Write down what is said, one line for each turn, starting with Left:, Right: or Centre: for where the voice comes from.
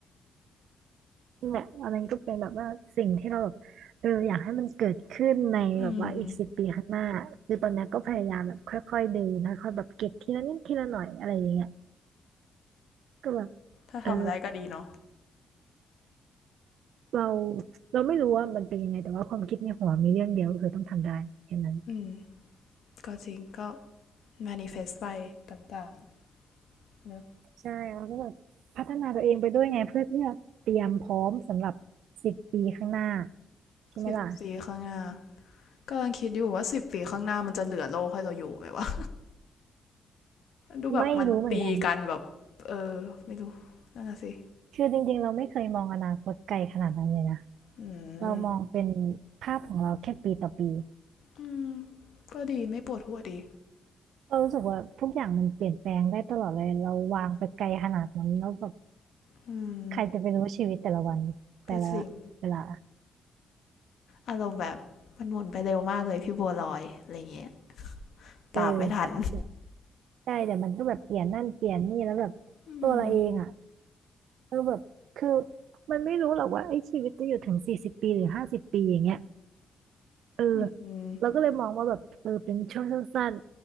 Right: นั่นแหละอันนั้นก็เป็นแบบว่าสิ่งที่เราแบบเอออยากให้มันเกิดขึ้นในแบบว่าอีกสิบปีข้างหน้าคือตอนนี้ก็พยายามแบบค่อยๆเดินค่อยๆแบบเก็บทีละนิดทีละหน่อยอะไรอย่างเงี้ย
Left: อืม
Right: ก็แบบ
Left: ถ้าทำได้ก็ดีเนาะ
Right: เออเราเราไม่รู้ว่ามันเป็นยังไงแต่ว่าความคิดในหัวมีเรื่องเดียวก็คือต้องทำได้แค่นั้น
Left: อืมก็จริงก็ manifest ไปต่างๆเนอะ
Right: ใช่เราก็แบบพัฒนาตัวเองไปด้วยไงเพื่อที่จะเตรียมพร้อมสำหรับสิบปีข้างหน้าใช่ไหมล่ะ
Left: สิบปีข้างหน้ากำลังคิดอยู่ว่าสิบปีข้างหน้ามันจะเหลือโลกให้เราอยู่ไหมวะดูแบบมันตีกันแบบเออไม่รู้นั่นน่ะสิ
Right: ไม่รู้เหมือนกันคือจริงๆเราไม่เคยมองอนาคตไกลขนาดนั้นเลยนะ
Left: อื
Right: เรามองเป็น
Left: ม
Right: ภาพของเราแค่ปีต่อปี
Left: อืมก็ดีไม่ปวดหัวดี
Right: เรารู้สึกว่าทุกอย่างมันเปลี่ยนแปลงได้ตลอดเลยเราวางไปไกลขนาดนั้นแล้วแบบ
Left: อืม
Right: ใครจะไปรู้ชีวิตแต่ละวันแต่ละเวลา
Left: ก็จริงอารมณ์แบบมันหมุนไปเร็วมากเลยพี่บัวลอยอะไรเงี้ย
Right: เออ
Left: ตามไม่ทัน
Right: เดี๋ยวใช่เดี๋ยวมันก็แบบเปลี่ยนนั่นเปลี่ยนนี่แล้วแบบตัวเราเองอ่ะ
Left: อืม
Right: ก็แบบคือมันไม่รู้หรอกว่าไอ้ชีวิตจะอยู่ถึงสี่สิบปีหรือห้าสิบปีอย่างเงี้ยเออ
Left: อืม
Right: เราก็เลยมองว่าแบบเออเป็นช่วงสั้น